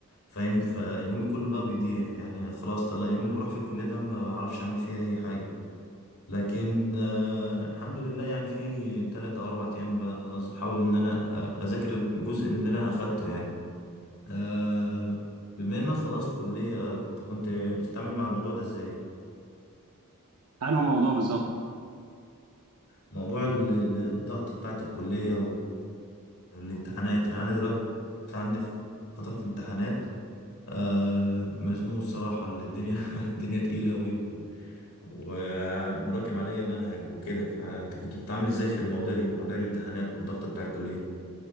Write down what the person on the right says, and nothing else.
أنهي موضوع بالظبط